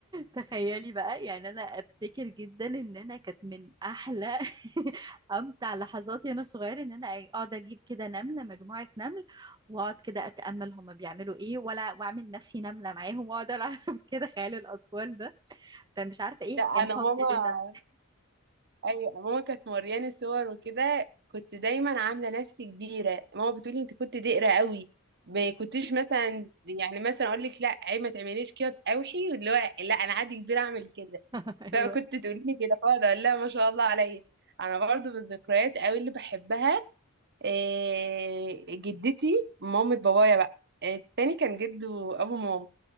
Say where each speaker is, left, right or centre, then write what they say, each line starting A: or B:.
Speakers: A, on the right; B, on the right.
A: تخيلي بقى يعني انا افتكر جدا ان انا كانت من احلى <laughs> امتع لحظاتي وانا صغيره ان انا اقعد اجيب كده نمله مجموعه نمل واقعد كده اتامل هما بيعملوا ايه ولا واعمل نفسي نمله معاهم واقعد العب <laughs> كده خيال الاطفال ده فمش عارفه ايه
B: لا
A: كان
B: انا
A: حبي
B: ماما
A: للنمل
B: ايوه ماما كانت مورياني صور وكده كنت دايما عامله نفسي كبيره ماما بتقولي انت كنت دقره قوي ما كنتش مثلا يعني مثلا اقول لك لا عيب ما تعمليش كده اوحي واللي هو لا انا عادي كبيره اعمل كده
A: <laughs> ايوه
B: فكنت تقولي لي كده فاقعد اقول لها ما شاء الله عليا انا برضو من الذكريات قوي اللي بحبها إيه جدتي مامة بابايا بقى آه، التاني كان جده ابو ماما